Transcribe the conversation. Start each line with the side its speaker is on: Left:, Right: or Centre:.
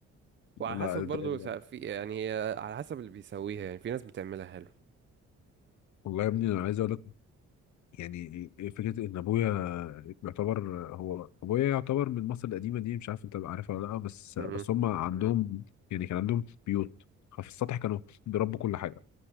Right: وعلى
Left: لا
Right: حسب برضو
Left: ده
Right: سا- في يعني هي على حسب اللي بيسويها يعني في ناس بتعملها حلو
Left: والله يا ابني أنا عايز أقول لك يعني فكره ان ابويا يعتبر هو ابويا يعتبر من مصر القديمه دي مش عارف انت عارفها ولا لا بس
Right: امم
Left: بس هم عندهم يعني كان عندهم بيوت في السطح كانوا بيربوا كل حاجه